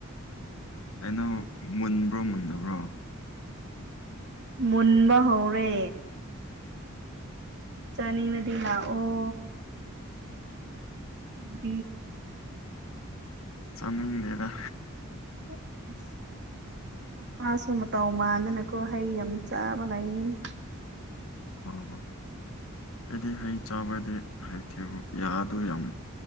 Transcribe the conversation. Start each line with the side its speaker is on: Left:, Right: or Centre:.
Left: ꯀꯩꯅꯣ ꯃꯨꯟꯕ꯭ꯔꯣ ꯃꯨꯟꯗꯕ꯭ꯔꯣ
Right: ꯃꯨꯟꯕ ꯍꯧꯔꯦ ꯆꯥꯅꯤꯡꯅꯗꯤ ꯂꯥꯛꯑꯣ ꯎꯝ
Left: ꯆꯃꯤ ꯗꯦꯗ
Right: ꯑꯦ ꯅꯨꯄꯥꯁꯨ ꯃꯇꯥꯎ ꯃꯥꯟꯗꯅꯀꯣ ꯍꯩ ꯌꯥꯝ ꯆꯥꯕ ꯂꯩꯕꯅꯤ
Left: ꯑ ꯑꯩꯗꯤ ꯍꯩ ꯆꯥꯕꯗꯤ ꯍꯩꯇꯦꯕꯨ ꯌꯥꯗꯨ ꯌꯥꯝ